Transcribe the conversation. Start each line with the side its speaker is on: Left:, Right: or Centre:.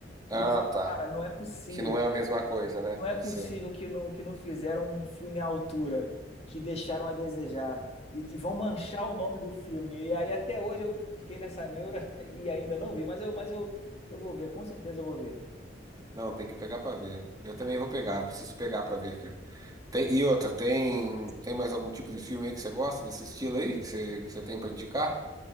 Right: Ah,
Left: E eu falo,
Right: tá.
Left: cara, não é possível.
Right: Que não é a mesma coisa, né?
Left: Não é
Right: Deve
Left: possível
Right: ser.
Left: que não, que não fizeram um filme à altura, que deixaram a desejar e que vão manchar o nome do filme. E aí até hoje eu fiquei nessa neura <laughs> e ainda não vi, mas eu, mas eu, eu vou ver, com certeza eu vou ver.
Right: Não, tem que pegar pra ver. Eu também vou pegar, preciso pegar pra ver, cara. Tem, e outra, tem, tem mais algum tipo de filme aí que você gosta desse estilo aí? Que você, que você tem pra indicar?